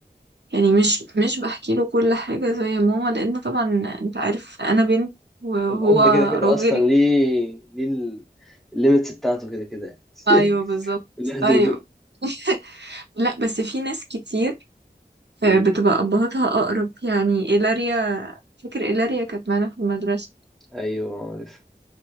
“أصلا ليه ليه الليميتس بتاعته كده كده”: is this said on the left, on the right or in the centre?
Centre